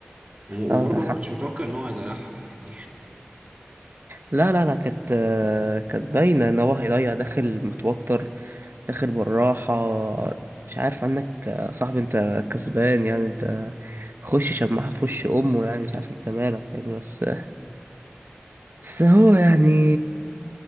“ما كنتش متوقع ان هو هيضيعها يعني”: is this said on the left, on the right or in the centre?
Right